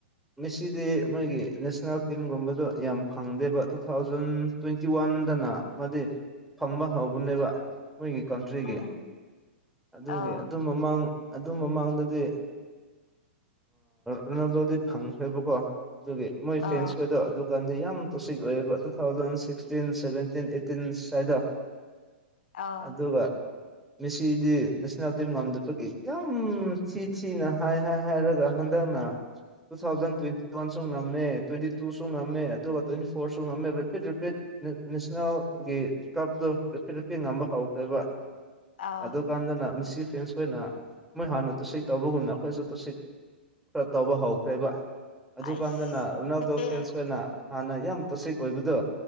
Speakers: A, in the centre; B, on the left.
A: ꯃꯁꯤꯁꯤꯗꯤ ꯃꯣꯏꯒꯤ ꯅꯦꯁꯅꯦꯜ ꯇꯤꯝꯒꯨꯝꯕꯗꯣ ꯌꯥꯝ ꯐꯪꯗꯦꯕ ꯇꯨ ꯊꯥꯎꯖꯟ ꯇ꯭ꯋꯦꯟꯇꯤ ꯋꯥꯟ ꯈꯟꯗꯅ ꯑꯃꯗꯤ ꯐꯪꯕ ꯍꯧꯕꯅꯦꯕ ꯃꯣꯏꯒꯤ ꯀꯟꯇ꯭ꯔꯤꯒꯤ
B: ꯎꯝ
A: ꯑꯗꯨꯒꯤ
B: ꯑꯥꯎ
A: ꯑꯗꯨ ꯃꯃꯥꯡ ꯑꯗꯨ ꯃꯃꯥꯡꯗꯗꯤ ꯔꯣꯅꯥꯜꯗꯣꯗꯤ ꯐꯪꯈ꯭ꯔꯦꯕꯀꯣ ꯑꯗꯨꯒꯤ ꯃꯣꯏ ꯐꯦꯟꯁ
B: ꯑꯥꯎ
A: ꯈꯗꯣ ꯑꯗꯨ ꯀꯥꯟꯗꯤ ꯌꯥꯝ ꯇꯣꯁꯤꯛ ꯑꯣꯏꯌꯦꯕ two thousand sixteen seventeen eighteen ꯁ꯭ꯋꯥꯏꯗ
B: ꯑꯥꯎ
A: ꯑꯗꯨꯒ ꯃꯤꯦꯁꯤꯗꯤ ꯅꯦꯁꯅꯦꯜ ꯇꯤꯝ ꯉꯝꯗꯕꯒꯤ ꯌꯥꯝ ꯊꯤ ꯊꯤꯅ ꯍꯥꯏ ꯍꯥꯏ ꯍꯥꯏꯔꯒ ꯍꯟꯗꯛꯅ ꯇꯨ ꯊꯥꯎꯖꯟ ꯇ꯭ꯋꯦꯟꯇꯤ ꯋꯥꯟꯁꯨ ꯉꯝꯃꯦ ꯇ꯭ꯋꯦꯟꯇꯤ ꯇꯨꯁꯨ ꯉꯝꯃꯦ ꯑꯗꯨꯒ ꯇ꯭ꯋꯦꯟꯇꯤ ꯐꯣꯔꯁꯨ ꯉꯝꯃꯦ ꯔꯤꯄꯤꯠ ꯔꯤꯄꯤꯠ ꯅꯦꯁꯅꯦꯜꯒꯤ ꯀꯞꯇꯣ ꯔꯦꯞꯄꯤ ꯔꯦꯞꯄꯤ ꯉꯝꯕ ꯍꯧꯈ꯭ꯔꯦꯕ
B: ꯑꯥꯎ
A: ꯑꯗꯨꯀꯥꯟꯗꯅ ꯃꯤꯁꯤ ꯐ꯭ꯔꯦꯟꯁꯈ ꯑꯣꯏꯅ ꯃꯣꯏ ꯍꯥꯟꯅ ꯇꯨꯁꯤ ꯇꯧꯕꯒꯨꯝꯅ ꯑꯩꯈꯣꯏꯁꯨ ꯇꯨꯁꯤ ꯈꯔ ꯇꯧꯕ ꯍꯧꯈ꯭ꯔꯦꯕ ꯑꯗꯨꯀꯥꯟꯗꯅ
B: ꯑꯩꯁ
A: ꯔꯣꯅꯥꯜꯗꯣ
B: ꯑꯦꯍꯦ
A: ꯐ꯭ꯔꯦꯟꯁꯈ ꯑꯣꯏꯅ ꯍꯥꯟꯅ ꯌꯥꯝ ꯇꯣꯁꯤꯛ ꯑꯣꯏꯕꯗꯣ